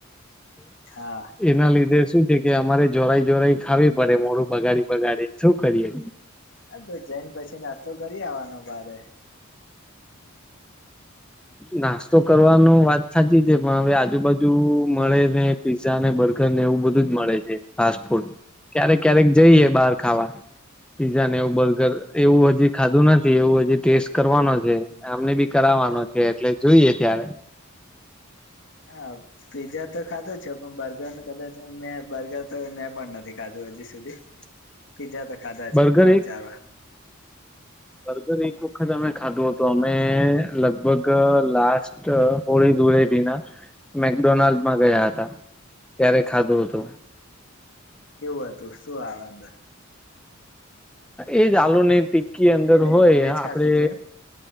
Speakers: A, on the left (about 60°); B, in the centre.
A: હા
B: એના લીધે શું છે કે અમારે જોરાઈ જોરાઈ ખાવી પડે મોડું બગાડી બગાડી ને શું કરીએ
A: હા તો જઈને પછી નાસ્તો કરી આવવાનો બારે
B: નાસ્તો કરવાનું વાત સાચી છે પણ હવે આજુબાજુ મળે ને પીઝા ને બર્ગર ને એવું બધું જ મળે છે ફાસ્ટ ફૂડ ક્યારેક ક્યારેક જઈએ બહાર ખાવા પીઝા ને એવું બર્ગર એવું હજી ખાધું નથી એવું હજી ટેસ્ટ કરવાનો છે. આમને બી કરાવવાનો છે એટલે જોઈએ ત્યારે
A: હા પીઝા તો ખાધું છે પણ બર્ગર ને કદાચ મેં બર્ગર તો મેં પણ નથી ખાધું હજી સુધી
B: <inaudible>
A: પીઝા તો ખાધા
B: બર્ગર
A: છે ત્રણ
B: એક
A: ચાર વાર
B: બર્ગર એક વખત અમે ખાધું હતો અમે લગભગ લાસ્ટ હોળી ધુળેટીના મેકડોનાલ્ડમાં ગયા હતા. ત્યારે ખાધું
A: હા
B: હતું.
A: કેવું હતું શું આવે અંદર
B: એ જાલુ નહી ટીકી અંદર
A: એટલે
B: હોય
A: વેજ
B: આપડે
A: ખાધું તું એમ